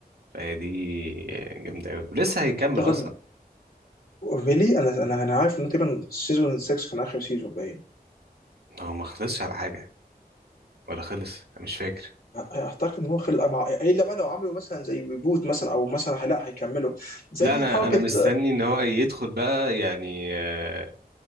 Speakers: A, on the right (about 75°); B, on the left (about 70°).
A: فهي دي جامده قوي ولسه هيكمل
B: تاخد
A: اصلا
B: فيلي انا انا انا عارف انه تقريبا سيزون 6 كان اخر سيزون باين
A: هو ما خلصش على حاجه ولا خلص انا مش فاكر
B: اعتقد ان هو خلق مع الا بقى لو عملوا مثلا زي ريبوت مثلا او مثلا لا هيكملوا زي
A: لا انا
B: حركه
A: انا مستني ان هو يدخل بقى يعني آه